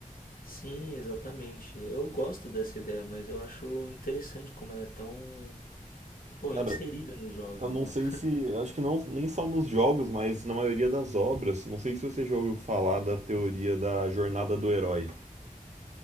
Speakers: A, on the left; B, on the right.
A: Sim, exatamente. Eu gosto dessa ideia, mas eu acho interessante como ela é tão, pô,
B: Cara,
A: inserida nos jogos,
B: eu não
A: né?
B: sei se, acho que não, nem só nos jogos, mas na maioria das obras. Não sei se você já ouviu falar da teoria da jornada do herói.